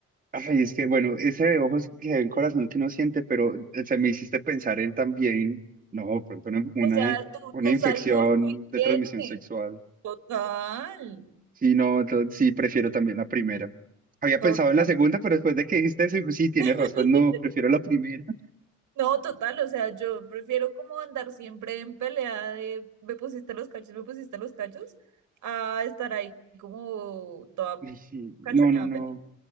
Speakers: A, on the right (about 25°); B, on the right (about 75°).
A: ay, es que bueno, ese de ojos que ven corazón que no siente, pero eh, se me hiciste pensar en también, no, pronto una, una
B: O sea, tu,
A: una
B: tu
A: infección
B: salud tu higiene.
A: de transmisión sexual.
B: Total,
A: Sí, no, entonces sí, prefiero también la primera. Había
B: total.
A: pensado en la segunda, pero después de que dijiste eso, dijo, sí, tienes
B: <laughs>
A: razón, no, prefiero la primera. <laughs>
B: No, total, o sea, yo prefiero como andar siempre en pelea de me pusiste los cachos, me pusiste los cachos, a estar ahí como toda
A: Y sí, no,
B: cachoneada.
A: no, no.
B: pe-